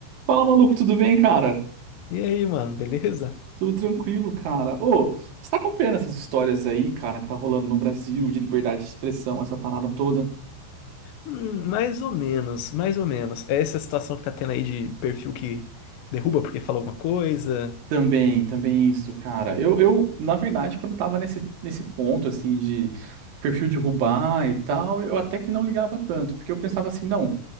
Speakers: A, on the right; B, on the left.
A: Fala, maluco, tudo bem, cara?
B: E aí, mano, beleza?
A: Tudo tranquilo, cara. Ô, você tá acompanhando essas histórias aí, cara, que tá rolando no Brasil de liberdade de expressão, essa parada toda?
B: Hum, mais ou menos, mais ou menos. É essa situação que tá tendo aí de perfil que derruba porque falou alguma coisa.
A: Também, também isso, cara. Eu, eu, na verdade, quando tava nesse, nesse ponto, assim, de perfil derrubar e tal, eu até que não ligava tanto, porque eu pensava assim, não,